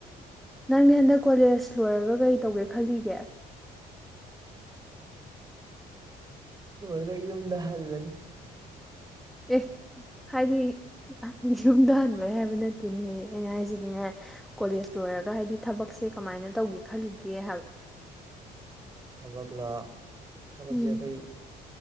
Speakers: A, in the centre; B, on the right.
A: ꯅꯪꯗꯤ ꯍꯟꯗꯛ ꯀꯣꯂꯦꯁ ꯂꯣꯏꯔꯒ ꯀꯔꯤ ꯇꯧꯒꯦ ꯈꯜꯂꯤꯒꯦ
B: ꯂꯣꯏꯔꯒ ꯌꯨꯝꯗ ꯍꯜꯂꯅꯤ
A: ꯑꯦ ꯍꯥꯏꯗꯤ ꯌꯨꯝꯗ ꯍꯟꯕꯩ ꯍꯥꯏꯕ ꯅꯠꯇꯦꯅꯤꯅꯦꯍꯦ ꯑꯩꯅ ꯍꯥꯏꯖꯤꯗꯤꯅꯦ ꯀꯣꯂꯦꯖ ꯂꯣꯏꯔꯒ ꯍꯥꯏꯗꯤ ꯊꯕꯛꯁꯦ ꯀꯃꯥꯏꯅ ꯇꯧꯒꯦ ꯈꯜꯂꯤꯒꯦ ꯍꯥꯏꯕ
B: ꯊꯕꯒꯂ ꯊꯕꯛ
A: ꯎꯝ
B: ꯆꯦꯐꯩ